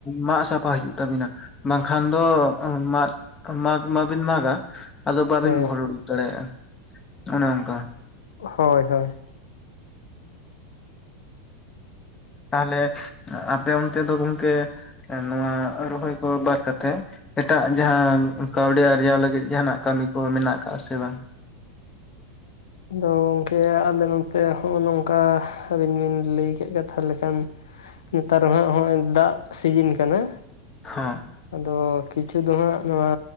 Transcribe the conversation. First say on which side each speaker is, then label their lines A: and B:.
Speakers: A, on the left (about 25°); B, on the left (about 80°).
A: ᱢᱟᱜ ᱥᱟᱯᱷᱟ ᱦᱩᱭᱩᱜ ᱛᱟᱵᱤᱱᱟ। ᱵᱟᱝᱠᱷᱟᱱ ᱫᱚ ᱢᱟᱫᱽ᱾ ᱢᱟᱜᱽ ᱢᱟᱵᱤᱱ ᱢᱟᱜ-ᱟ ᱟᱫᱚ ᱵᱟᱵᱤᱱ
B: ᱦᱮᱸ
A: ᱜᱚᱦᱚᱲ ᱩᱰᱩᱠ ᱫᱟᱲᱮᱭᱟᱜᱼᱟ ᱚᱱᱮ ᱚᱱᱠᱟ।
B: ᱦᱚᱭ ᱦᱚᱭ᱾
A: ᱛᱟᱦᱞᱮ ᱟᱯᱮ ᱚᱱᱛᱮ ᱫᱚ ᱜᱚᱢᱠᱮ ᱱᱚᱣᱟ ᱨᱚᱦᱚᱭ ᱠᱚ ᱵᱟᱫ ᱠᱟᱛᱮ᱾ ᱮᱴᱟᱜ ᱡᱟᱸᱦᱟ ᱠᱟᱣᱰᱤ ᱟᱨᱡᱟᱣ ᱞᱟᱹᱜᱤᱫ ᱡᱟᱸᱦᱟᱱᱟᱜ ᱠᱟᱢᱤ ᱠᱚ ᱢᱮᱱᱟᱜ ᱠᱟᱜ-ᱟ ᱥᱮ ᱵᱟᱝ?
B: ᱟᱫᱚ ᱜᱚᱝᱠᱮ ᱟᱞᱮ ᱱᱚᱛᱮ ᱦᱚᱸᱜ-ᱚ ᱱᱚᱝᱠᱟ᱾ ᱟᱹᱵᱤᱱ ᱵᱤᱱ ᱞᱟᱹᱭ ᱠᱮᱫ ᱜᱮ ᱛᱟᱦᱞᱮ ᱠᱷᱟᱱ ᱱᱮᱛᱟᱨ ᱦᱟᱸᱜ ᱦᱚᱸᱜ-ᱚᱭ ᱫᱟᱜ ᱥᱤᱡᱤᱱ ᱠᱟᱱᱟ।
A: <unintelligible>
B: ᱟᱫᱚ ᱠᱤᱪᱷᱩ ᱫᱚ ᱦᱟᱸᱜ ᱱᱚᱣᱟ